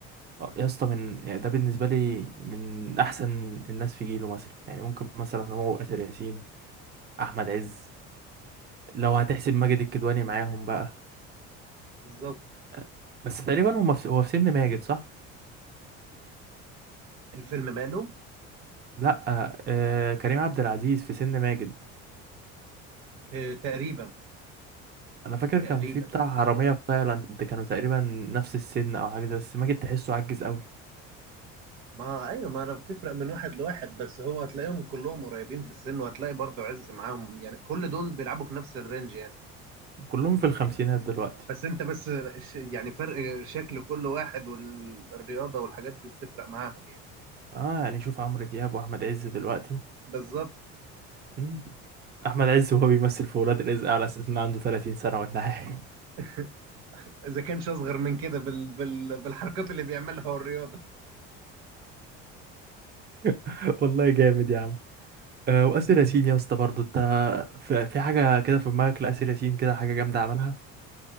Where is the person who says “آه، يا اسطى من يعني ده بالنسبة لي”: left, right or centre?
Right